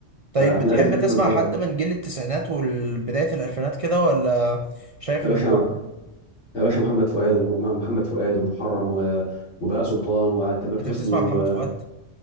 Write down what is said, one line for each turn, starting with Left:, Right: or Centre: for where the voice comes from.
Right: طيب
Left: فاحنا
Right: بتحب
Left: لازم احنا
Right: تسمع
Left: ندور
Right: حد
Left: عليهم
Right: من جيل التسعينات وبداية الألفينات كده ولا شايف
Left: يا
Right: إن
Left: باشا
Right: هو
Left: يا باشا محمد فؤاد ومحمد فؤاد ومحرم و... وبهاء سلطان وتامر حسني
Right: أنت بتسمع
Left: و...
Right: محمد فؤاد؟